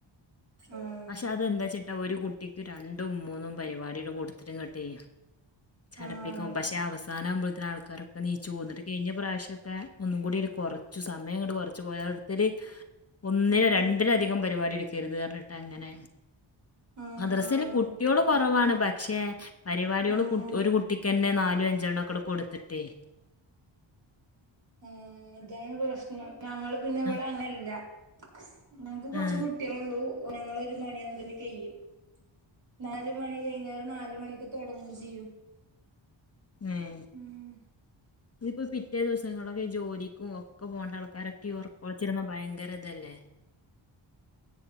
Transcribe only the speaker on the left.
പക്ഷെ അതന്താച്ചിട്ടാ ഒരു കുട്ടി ഇ രണ്ടും മൂന്നും പരിപാടിടെ കൂട്‌തില് ങ്ങട്ടേ ചടപ്പിക്കും
പക്ഷെ അവസാനാവു മ്പൊതിന് ആൾക്കാരോ ക്കെ നീച്ചു പോന്നിട്ട് കഴിഞ്ഞ പ്രാവശ്യം ഒക്കെ ഒന്നും കൂടി ഒരു കുറച്ചു സമയ ങ്ങട്‌ കുറച്ച് പോയാടുത്തരു ഒന്നില്
രണ്ടിലധികം പരിപാടി എടുക് കരുത് അർഞ്ഞിട്ട് അങ്ങനെ
മദ്രസൽ
കുട്ടിയോള് കുറവാണ് പക്ഷേ പരിപാടിയൊള്
കുട്ട് ഒരു കുട്ടിക്ക്ന്നെ നാലും അഞ്ച്ണംഅങ്ങ്ട് കൊടുത്തിട്ടേ-
ആഹ്
ഏഹ്
ഏഹ്
ഇതിപ്പോ പിറ്റേ ദിവസങ്ങളൊക്കെ ജോലിക്കും ഒക്കെ പോകണ്ട ആൾക്കാരൊക്കെ ഉർക്ക വിച്ചിരുന്ന ഭയങ്കര ഇതല്ലേ